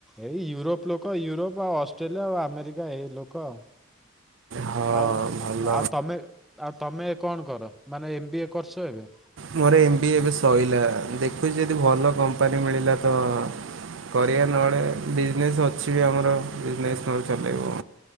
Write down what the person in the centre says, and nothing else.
ଏଇ ୟୁରୋପ ଲୋକ ୟୁରୋପ ଆଉ ଅଷ୍ଟ୍ରେଲିଆ ଆଉ ଆମେରିକା ଏଇ ଲୋକ ଆଉ।
ଆଉ
ଆଉ ତମେ ଆଉ ତମେ କଣ କର ମାନେ ଏମ ବି ଏ କରୁଛ ଏବେ?